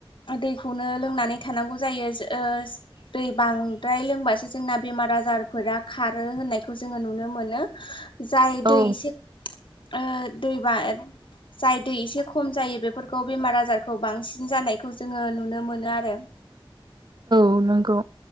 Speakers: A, on the left; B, on the right.
A: दैखौनो लोंनानै थानांगौ जायो ओ दै बांद्राय लोंबासो जोंना बेमार आजारफोरा खारोहोननायखौ जोङो नुनो मोन जाय
B: औ
A: दै एसे ओ दैबा जाय दै एसे खम जायो बेफोरखौ बेमार आजारखौ बांसिन जानाय खौ जोङो नुनो मोनो आरो।
B: औ नांगौ।